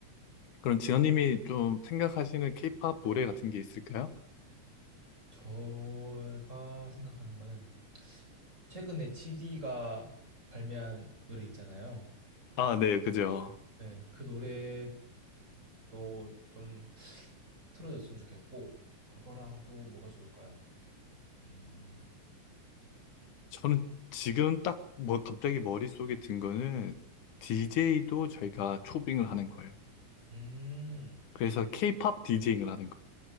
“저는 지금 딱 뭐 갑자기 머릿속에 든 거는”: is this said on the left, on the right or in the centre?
Left